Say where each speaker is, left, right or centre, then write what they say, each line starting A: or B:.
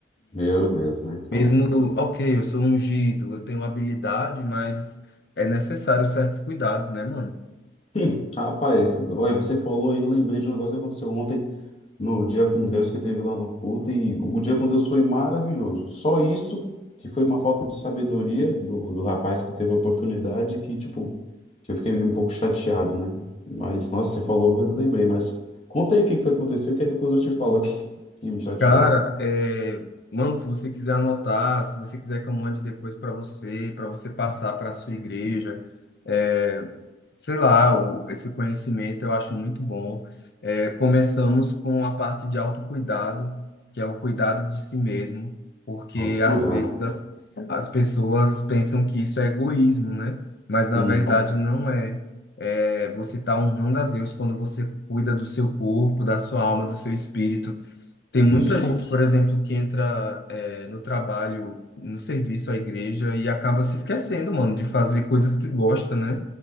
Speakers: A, on the left; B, on the left.
A: Meu Deus, né? Fala.
B: Mesmo, ok, eu sou ungido, eu tenho habilidade, mas é necessário certos cuidados, né, mano?
A: <laughs> Hum, Rapaz, olha, você falou e eu lembrei de um negócio que aconteceu ontem no Dia com Deus que teve lá no culto e o Dia com Deus foi maravilhoso. Só isso que foi uma falta de sabedoria do, do rapaz que teve a oportunidade que, tipo, que eu fiquei um pouco chateado, né? Mas, nossa, você falou, eu lembrei, mas conta aí o que foi que aconteceu que aí depois eu te falo <laughs> o que, que me chateou.
B: Cara, é, mano, se você quiser anotar, se você quiser que eu mande depois para você, para você passar para sua igreja, é, sei lá, o, esse conhecimento eu acho muito bom. É, começamos com a parte de autocuidado, que é o cuidado de si mesmo, porque
A: Não, cuidado.
B: às vezes as, as pessoas pensam que isso é egoísmo, né? Mas na
A: Hum,
B: verdade não é. É, você está honrando a Deus quando você cuida do seu corpo, da sua alma, do seu espírito. Tem muita
A: isso.
B: gente, por exemplo, que entra é, no trabalho, no serviço à igreja e acaba se esquecendo, mano, de fazer coisas que gosta, né?